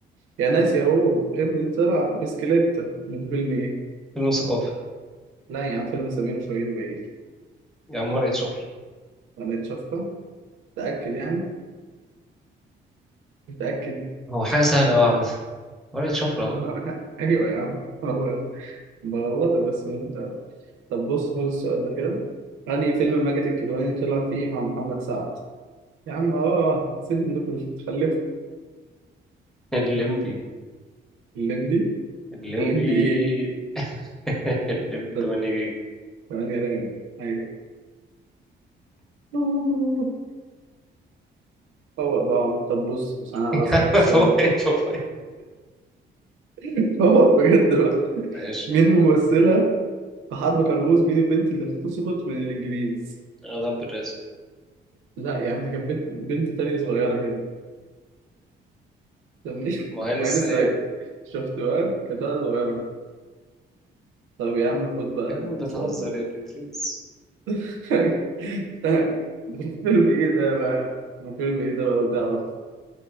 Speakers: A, on the right (about 80°); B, in the centre.
A: يا ناس يا هو ابني طلع بسكليت من فيلم ايه
B: فيلم ثقافي
A: لا يا عم فيلم سمير وشهير وبهير
B: يا عم ورقة شفرة
A: انا اتشفره متأكد يعني متأكد
B: هو حاجة سهلة أوي عامة ورقة شفرة
A: <laughs>
B: اه
A: ايوه يا عم أنا بغلطك بس انت طب بص خد السؤال ده كده أنهي فيلم ماجد الكدواني طلع فيه مع محمد سعد يا عم اه سيب انكم مش بتخلفوا
B: الليمبي
A: الليمبي
B: الليمبي
A: الليمبي ايه
B: <laughs> الليمبي
A: <laughs>
B: 8 جيجا
A: ثمانية رايم ايوه <laughs> فوق بقى طب بص بس انا
B: <laughs>
A: هسألك السؤال
B: فوق
A: ده
B: فوق
A: <laughs> فوق بجد بقى
B: ماشي
A: مين ممثلة في حرب قناص مين البنت اللي اغتصبت من الانجليز
B: غضب الرازق
A: لا يا عم دي كانت بنت بنت تانية صغيرة كده طب مين
B: مهان
A: <laughs> معين
B: السيد
A: السعيد شفت بقى كانت واحدة صغيرة طب يا عم خد بقى
B: يا عم
A: السؤال
B: بتهزر
A: ده
B: يا بريتريز
A: <laughs> ده فيلم ايه ده بقى ده فيلم ايه ده بقى لو تعرف